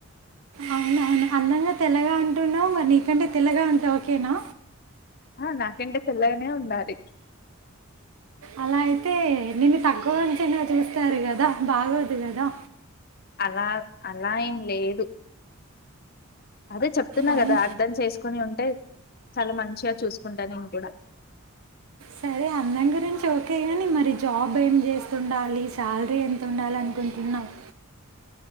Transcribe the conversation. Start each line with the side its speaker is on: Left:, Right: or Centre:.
Right: అ అందంగా తెల్లగా అంటున్నాం ఇ నీకంటే తెలగా ఉంట ఓకేనా
Left: ఆ నాకంటే తెిల్లనే ఉండాలి
Right: అలా అయితే నిేు తక్కువంచి చూస్తారు కదా బాగోదు కదా
Left: అలా అలా ఏం లేదు అదే చెప్తున్నా
Right: అవును.
Left: కదా అర్థం చేసుకు కని ఉంటే చాలా మంచిగా చూసుకుంటా నేను కూడా
Right: సరే అందం గురించి ఓకే కానీ మరి జాబ్ ఏం చేస్త ండాలి శాలరీ ఎంత ండాలనుకుంటున్నాను